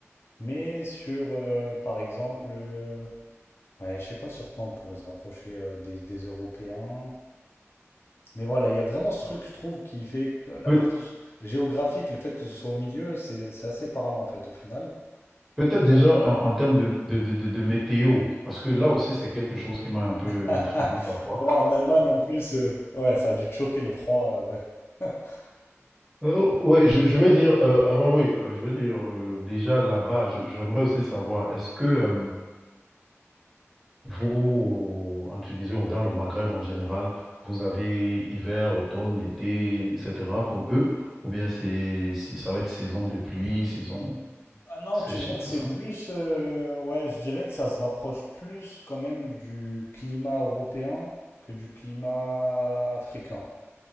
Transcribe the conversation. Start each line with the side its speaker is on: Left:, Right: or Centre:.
Left: Mais sur, euh, par exemple, euh, ouais, je sais pas sur quoi on pourrait se rapprocher euh, des, des Européens. Mais voilà, il y a vraiment ce truc, je trouve, qui fait que la
Centre: Peut-
Left: partie gé- géographique, le fait que ce soit au milieu, c'est c'est assez parlant, en fait, au final.
Centre: peut-être
Left: Et toi?
Centre: déjà en, en termes de, de, de, de- de météo, parce que là aussi, c'est quelque chose qui m'a un peu
Left: <laughs>
Centre: intrigué parfois.
Left: Oh, en Allemagne, en plus, euh, ouais, ça a dû te choquer le froid, euh, ouais. <laughs>
Centre: Euh, ouais, je, je veux dire, euh, avant, oui, euh, je veux dire, euh, déjà là-bas, je- j'aimerais aussi savoir, est-ce que euh, vous, euh, en Tunisie ou dans le Maghreb en général, vous avez hiver, automne, été, etc., comme eux, ou bien c'est, c'est- ça va être saison de pluie, saison
Left: Ah non,
Centre: sèche
Left: tu vois,
Centre: et tout
Left: c'est
Centre: ça,
Left: plus, euh, ouais, je dirais que ça se rapproche plus quand même du climat européen que du climat africain.